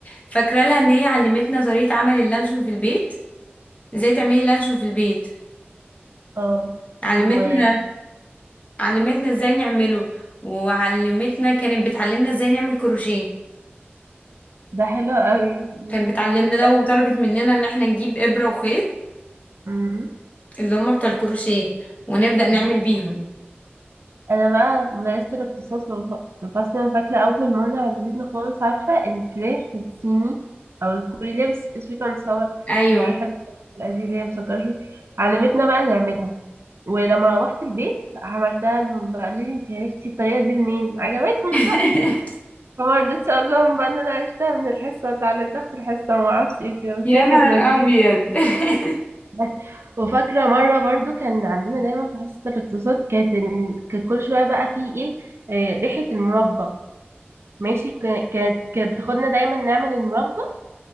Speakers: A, on the left; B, on the right.
A: فاكره لها ان هي علمتنا طريقه عمل اللانشون في البيت ازاي تعملي لانشون في البيت
B: اه
A: علمتنا
B: و
A: علمتنا ازاي نعمله وعلمتنا كانت بتعلمنا ازاي نعمل كروشيه
B: ده حلو قوي
A: كانت بتعلمنا
B: انت
A: ده وطلبت مننا ان احنا نجيب ابره وخيط
B: مم.
A: اللي هما بتاع الكروشيه ونبدا نعمل
B: مم.
A: بيهم
B: انا بقى مدرسة الاقتصاد في ف- في فصل أنا فاكرة اول مرة عجبتنا خالص عارفة الفراخ في الصيني او الكوري اللي هي بس- sweet and sour
A: ايوه
B: اللي هي حلوة دي اللي هي مسكرة شوية. علمتنا بقى نعملها ولما روحت البيت عملتها لهم بقى قالوا لي انت عرفتي الطريقة دي منين عجبتهم
A: <laughs>
B: بقى فما رضيتش اقول لهم بقى ان انا عرفتها من الحصة اتعلمتها في الحصة وما اعرفش ايه كده بس
A: يا
B: هي
A: نهار
B: كانت لذيذة
A: ابيض <laughs>
B: بس وفاكرة مرة برضو كان عندنا دايما في حصة الاقتصاد كانت ال- كانت كل شوية بقى في ايه آه، ريحة المربى ماشي ك- كانت كانت بتاخدنا دايما نعمل المربى